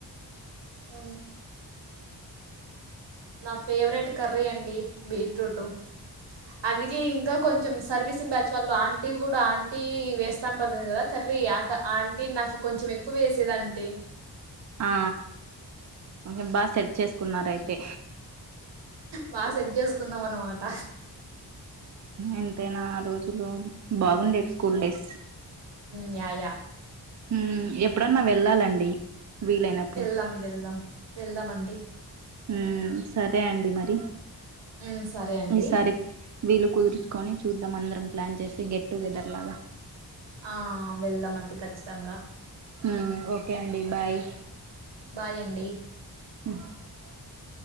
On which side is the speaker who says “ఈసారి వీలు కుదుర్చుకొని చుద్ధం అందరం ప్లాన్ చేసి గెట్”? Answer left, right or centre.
Right